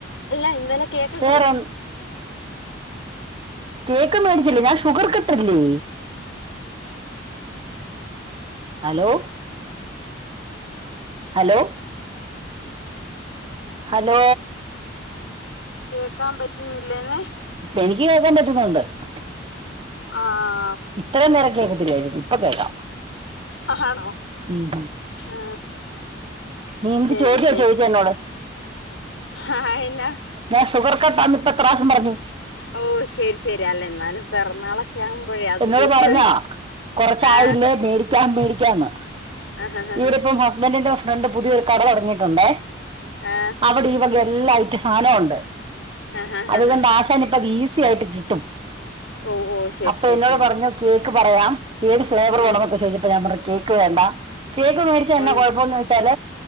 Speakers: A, on the left (about 75°); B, on the right (about 30°).
A: അല്ല ഇന്നലെ കേക്കക്ക
B: വേറെ
A: <unintelligible>
B: കേക്ക് മേടിച്ചില്ലേ ഞാൻ ഷുഗർ കട്ടല്ലേ ഹലോ ഹലോ ഹലോ
A: കേൾക്കാൻ പറ്റുന്നില്ലേന്നെ
B: എനിക്ക് <unintelligible>
A: ആ ആ
B: ഇത്രയും നേരം കേൾക്കതില്ലായിരുന്നു ഇപ്പ കേൾക്കാം
A: ആണോ
B: ഉം.
A: ഉം ആ
B: നീ എന്ത്
A: ശരി
B: ചോദ്യ
A: ശരി
B: ചോദിച്ച എന്നോട്
A: ആ എന്നാ
B: ഞ ഷുഗർ കട്ടാന്ന് ഇപ്പ എത്ശ പറഞ്ഞു
A: ഓ ശരി ശരി അല്ല എന്നാലും പിറന്നാളൊക്കെ ആവുമ്പോഴേ അത്
B: എന്നട്
A: ഉദ്ദേശിച്ച്
B: പറഞ്ഞാ
A: ചോദിച്ച
B: കൊറച്ച
A: ആ
B: ആളല്ലേ മേടിക്കാ മേടിക്കാന്ന്
A: ആഹ് ഹ
B: ഇവിടെപ്പം
A: ഹ
B: ഹസ്ബൻറിന്റെ ഫ്രണ്ട് പുതിയൊ ഒരു കട തുടങ്ങിട്ടുണ്ടേ
A: ആ
B: അവിടെ ഈ വക എല്ലാ ഐറ്റ സാധനവും ഉണ്ട്
A: ആ ഹ ഹ
B: അതുകൊണ്ട്
A: ഹ
B: ആശാന ഇപ്പ അത് ഈസി ആയിട്ട് കിട്ടും
A: ഓ ഓ ശരി
B: അപ്പൊ
A: ശരി
B: എന്നോട്
A: ശരി
B: പറഞ്ഞു കേക്ക് പറയാം ഏത് ഫ്ലേവർ
A: ഉം
B: വേണം എന്നൊക്കെ ചോദിച്ചപ്പോ ഞാൻ പറഞ്ഞ കേക്ക് വേണ്ട കേക്ക് മേടിച്ച എന്നെ
A: ഉം
B: കുഴപ്പംന്ന് വെച്ചാൽ